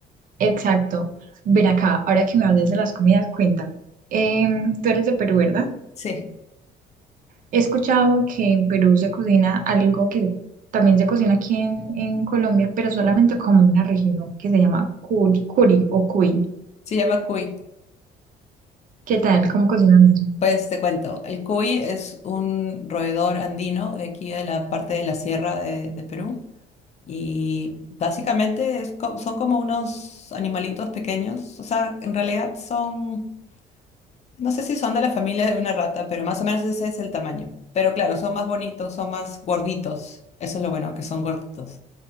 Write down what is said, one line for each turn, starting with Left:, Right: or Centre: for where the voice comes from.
Right: Exacto. Ven acá, ahora que me hables de las comidas, cuéntame. Em, tú eres de Perú, ¿verdad?
Left: Sí,
Right: He escuchado que en Perú se cocina algo que también se cocina aquí en, en Colombia, pero solamente como una región que se llama curi, curi o cuy.
Left: se llama cuy.
Right: ¿Qué tal? ¿Cómo cocinan eso?
Left: Pues te cuento, el cuy es un roedor andino de aquí de la parte de la sierra de, de Perú. Y básicamente es co- son como unos animalitos pequeños, o sea, en realidad son, no sé si son de la familia de una rata, pero más o menos ese es el tamaño. Pero claro, son más bonitos, son más gorditos, eso es lo bueno, que son gorditos.